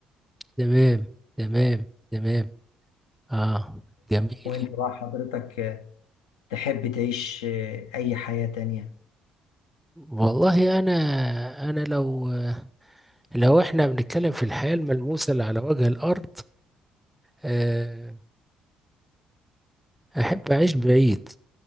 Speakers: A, in the centre; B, on the left.
A: تمام تمام تمام اه جميل
B: وانت بقى حضرتك آه، تحب تعيش آه، اي حياة تانية
A: والله انا انا لو لو احنا بنتكلم في الحياة الملموسة اللي على وجه الارض آه احب اعيش بعيد